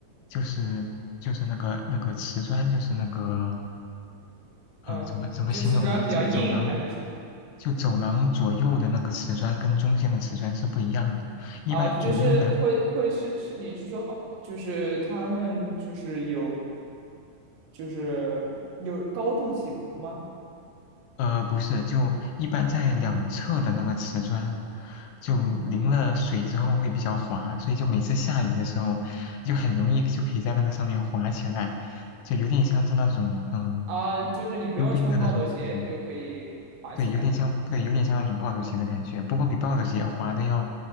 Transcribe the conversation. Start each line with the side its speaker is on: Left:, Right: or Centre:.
Left: 就是就是那个那个瓷砖，就是那个呃，
Right: 嗯，
Left: 怎么怎么形容呢？
Right: 就瓷砖比较硬还是什么
Left: 走走廊。就走廊左右的那个瓷砖跟中间的瓷砖是不一样的。一般左右的，
Right: 啊？就是会会是是，你是说好，就是他们就是有就是有高度起伏吗？
Left: 呃，不是，就一般在两侧的那个瓷砖，就淋了水之后会比较滑，所以就每次下雨的时候，就很容易就可以在那个上面滑起来，就有点像是那种嗯、呃
Right: 啊，就是你不用穿暴走鞋，
Left: 溜冰的那种感觉。
Right: 你就可以滑起来。
Left: 对，有点像，对，有点像那种暴走鞋的感觉，不过比暴走鞋滑的要